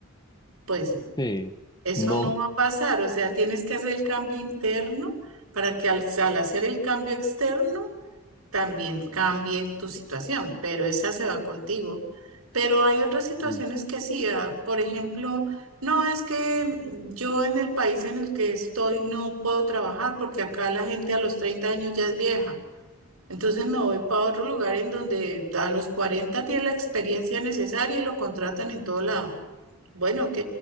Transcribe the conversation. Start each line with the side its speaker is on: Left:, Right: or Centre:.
Right: Pues
Left: sí,
Right: eso
Left: no,
Right: no va a pasar, o sea, tienes que hacer el cambio interno para que al, al hacer el cambio externo también cambie tu situación, pero esa se va contigo. Pero hay otras situaciones
Left: mm,
Right: que sí, ah, por ejemplo, no es que mm, yo en el país en el que estoy no puedo trabajar porque acá la gente a los 30 años ya es vieja. Entonces me voy para otro lugar en donde a los 40 tiene la experiencia necesaria y lo contratan en todo lado. Bueno, ok,